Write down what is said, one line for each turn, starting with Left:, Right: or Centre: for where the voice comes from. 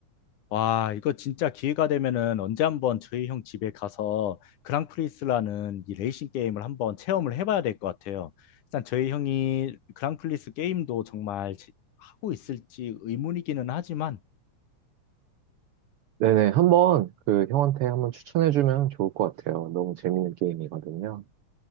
Left: 와, 이거 진짜 기회가 되면은 언제 한번 저희 형 집에 가서 그랑프리스라는 이 레이싱 게임을 한번 체험을 해봐야 될 것 같아요. 일단 저희 형이 그랑프리스 게임도 정말 지- 하고 있을지 의문이기는 하지만,
Right: 네네, 한번 그 형한테 한번 추천해주면 좋을 것 같아요. 너무 재밌는 게임이거든요.